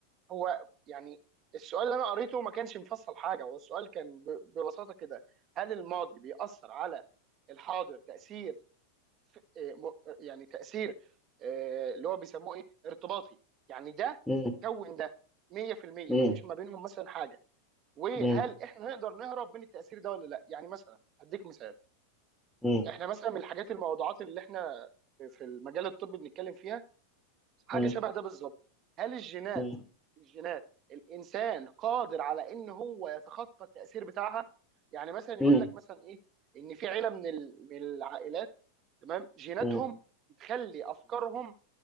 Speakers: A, on the right; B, in the centre.
A: هو يعني السؤال اللي انا قريته ما كانش مفصل حاجه هو السؤال كان ب... ببساطه كده هل الماضي بيأثر على الحاضر تأثير آه، م... يعني تأثير آه، اللي هو بيسموه ايه ارتباطي يعني ده
B: مم،
A: كون ده 100%
B: مم،
A: مفيش ما بينهم مثلا حاجه وهل
B: مم،
A: احنا نقدر نهرب من التاثير ده ولا لا يعني مثلا هديك مثال
B: مم،
A: احنا مثلا من الحاجات الموضوعات اللي احنا في المجال الطبي بنتكلم فيها حاجه
B: مم،
A: شبه ده بالظبط هل الجينات
B: مم،
A: الجينات الانسان قادر على ان هو يتخطى التاثير بتاعها يعني مثلا
B: مم،
A: يقول لك مثلا ايه ان في عيله من ال- من العائلات تمام جيناتهم
B: مم، مم،
A: بتخلي افكارهم